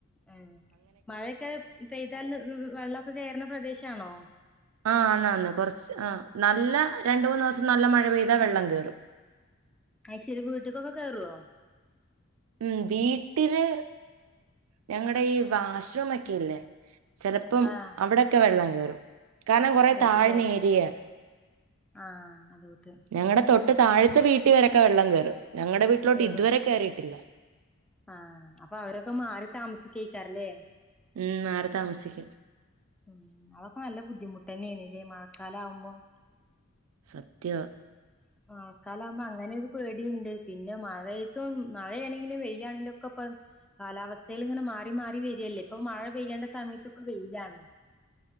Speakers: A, in the centre; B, on the right.
A: ഉ മഴയൊക്കെ പെയ്താൽ വെള്ളക്കെ കയറുന്ന പ്രദേശാണോ
B: ആഹ് ആന്ന ആന്ന് കുറച്ച് ആഹ് നല്ല രണ്ട് മൂന്ന് ദിവസം നല്ല മഴ പെയ്താ വെള്ളം കയറും
A: അത് ശരി വീട്ടിക്കെക്കെ കയറോ
B: ഉം വീട്ടില് ഞങ്ങളുടെ ഈ വാഷ്റൂം ഒക്കെല്ലേ ചെലപ്പം
A: ആഹ്
B: അവിടെക്കെ വെള്ളം കേയറും കാരണം കൊറെ
A: കേറൂലേ
B: താഴ്ന്ന ഏരിയ
A: ആഹ് അതൊട്ട്
B: ഞങ്ങളുടെ തൊട്ട് താഴത്തെ വീട്ടി വരൊക്കെ വെള്ളം കയറും ഞങ്ങടെ വീട്ടിലോട്ട്
A: കേറും
B: ഇതുവരെ കയറിയിട്ടില്ല
A: ആഹ് അപ്പൊ അവരൊക്കെ മാറി താമസിക്കഴക്കാറല്ലേ
B: ഉം മാറി താമസിക്കും
A: ഉം അതൊക്കെ നല്ല ബുദ്ധിമുട്ട് തന്നെയാണ് ഇല്ലേ മഴക്കാലം ആവുമ്പം
B: സത്യവാ
A: <inaudible> ആൾക്കാലാവുമ്പ അങ്ങനൊരു പേടിയിണ്ട് പിന്നെ മഴയെത്തും മഴയാണെങ്കിലും വെയിലാണെങ്കിലും ഒക്കെ ഇപ്പ കാലാവസ്ഥയിലിങ്ങനെ മാറി മാറി വെരിയല്ലേ ഇപ്പൊ മഴ പെയ്യേണ്ട സമയത്ത് ഇപ്പൊ വെയിലാണ്